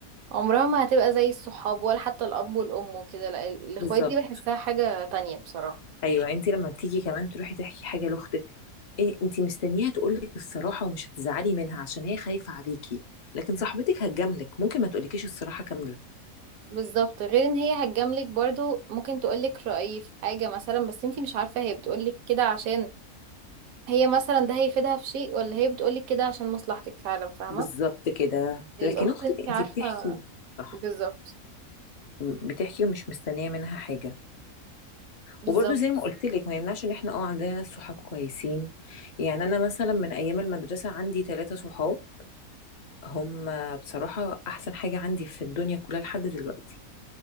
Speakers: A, on the right; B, on the left.
A: عمرها ما هتبقى زي الصحاب ولا حتى الاب والام وكده لا ال- الاخوات
B: بالظبط
A: دي بحسها حاجة تانية بصراحة
B: ايوه انت لما بتيجي كمان تروحي تحكي حاجه لاختك إيه انت مستنياها تقولك الصراحه ومش هتزعلي منها عشان هي خايفه عليكي لكن صاحبتك هتجاملك ممكن ما تقولكيش الصراحه كامله
A: بالظبط غير ان هي هتجاملك برضو ممكن تقولك رأيي في حاجة مثلا بس انتي مش عارفة هي بتقولك كده عشان هي مثلا ده هيفيدها في شيء ولا هي بتقولك كده عشان مصلحتك فعلا فاهمة
B: بالظبط كده
A: الاخت
B: لكن اختك
A: انتي
B: انت
A: عارفة
B: بتحكي صح
A: بالظبط
B: م- بتحكي ومش مستنيه منها حاجه
A: بالظبط
B: وبرده زي ما قلت لك ما يمنعش ان احنا اه عندنا ناس صحاب كويسين يعني انا مثلا من ايام المدرسه عندي ثلاثه صحاب هم بصراحه احسن حاجه عندي في الدنيا كلها لحد دلوقتي